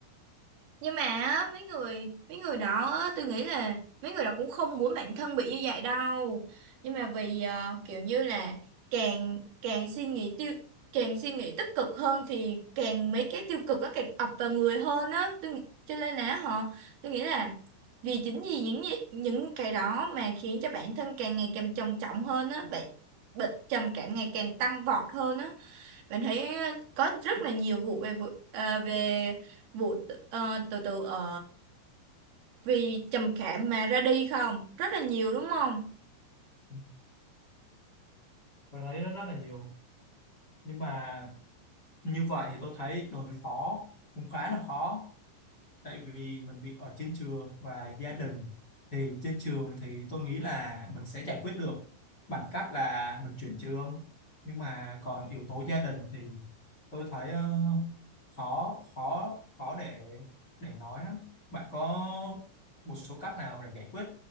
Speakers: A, on the right; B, on the left.
A: nhưng mà á, mấy người mấy người đó á, tôi nghĩ là mấy người đó cũng không muốn bản thân bị như vậy đâu nhưng mà vì ờ, kiểu như là càng càng suy nghĩ tiêu càng suy nghĩ tích cực hơn thì càng mấy cái tiêu cực nó càng ập vào người hơn á tôi nghĩ- cho nên là họ tôi nghĩ là vì chính vì những gì- những cái đó mà khiến cho bản thân càng ngày càng trầm trọng hơn á bệnh bệnh trầm cảm ngày càng tăng vọt hơn á bạn thấy ờ, có rất là nhiều vụ về vụ ờ, về vụ tự- ờ, tự tử ở vì trầm cảm mà ra đi không? Rất là nhiều đúng không?
B: Ừ, tôi thấy rất rất là nhiều nhưng mà như vậy thì tôi thấy đối phó cũng khá là khó tại vì mình bị ở trên trường và gia đình thì trên trường thì tôi nghĩ là mình sẽ giải quyết được bằng cách là mình chuyển trường nhưng mà còn yếu tố gia đình thì tôi thấy ờ, khó khó khó để để nói lắm bạn có một số cách nào để giải quyết